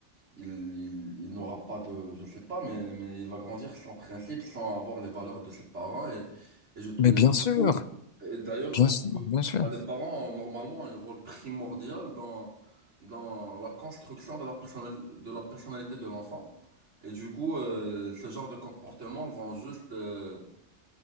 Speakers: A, on the right (about 80°); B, on the left (about 50°).
A: Il, il, il n'aura pas de, je sais pas, mais, mais il va grandir sans principe, sans avoir les valeurs de ses parents. Et, et je, je
B: Mais bien sûr,
A: trouve, et d'ailleurs, je
B: bien
A: trouve
B: sûr,
A: que
B: bien sûr.
A: bah, les parents ont normalement un rôle primordial dans, dans la construction de la personnali- de la personnalité de l'enfant. Et du coup, euh, ce genre de comportement vont juste, euh,